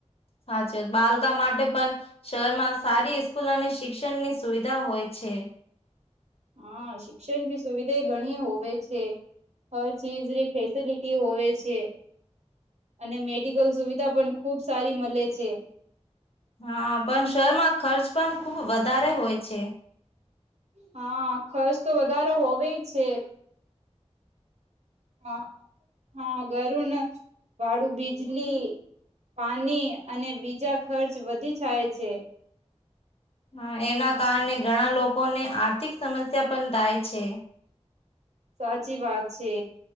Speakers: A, on the left (about 55°); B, on the right (about 70°).
A: સાચીત બાળકા માટે પણ શહેર સારી સ્કૂલ અને શિક્ષણની સુવિધા હોય છે,
B: હા શિક્ષણ સુવિધા એ ઘણી હોવે છે. હર ચીજની ફેસિલિટી હોવે છે, અને મેડિકલ સુવિધા પણ ખૂબ સારી મલૈ છે.
A: હા પણ શહેરમાં ખર્ચ પણ ખુબ વધારે હોય છે.
B: હા ખર્ચ તો વધારેો હોવે છે. હા હા ગરુન વાડું બીજલી પાણી અને બીજા ખર્ચ વધી જાય છે.
A: હા એના કારણે ઘણા લોકોને આર્થિક સમસ્યા પણ થાય છે.
B: સાચી વાત છે.